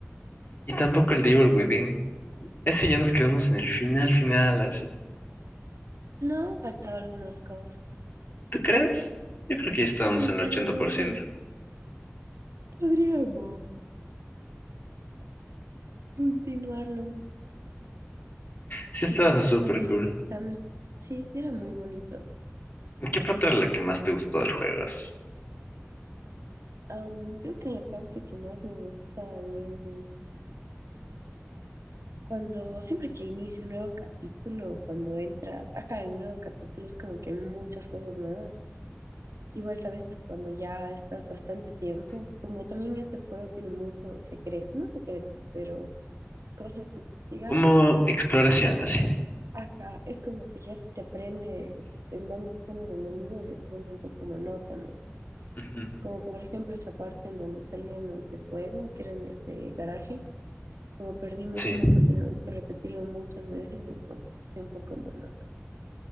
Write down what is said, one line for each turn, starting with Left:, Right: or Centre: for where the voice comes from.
Left: Y tampoco el Devil Within. Ese ya nos quedamos en el final, final, así.
Right: No, faltaba algunas cosas.
Left: ¿Tú crees? Yo creo que ya estábamos
Right: Sí,
Left: en el
Right: pero
Left: ochenta por ciento.
Right: bueno, podríamos continuarlo
Left: Sí,
Right: quizá
Left: estaba
Right: después
Left: súper
Right: de los
Left: cool.
Right: exámenes. Sí, sí, era muy bonito.
Left: ¿Qué parte era la que más te gustó del juego, así?
Right: Am, creo que la parte que más me gusta es cuando, siempre que inicia un nuevo capítulo, cuando entras, ajá, en un nuevo capítulo es como que hay muchas cosas nuevas. Igual a veces cuando ya estás bastante tiempo, como también este juego tiene mucho secreto, no secreto, pero cosas que investigar.
Left: Como exploración, así.
Right: Ajá, es como que ya si te aprendes en dónde están los enemigos, ya se vuelve un poco monótono.
Left: Ujú,
Right: Como por ejemplo esa parte en donde salían los de fuego, que eran este garaje. Como perdimos
Left: Sí,
Right: tanto, tenemos que repetirlo muchas veces, entonces es un poco monótono.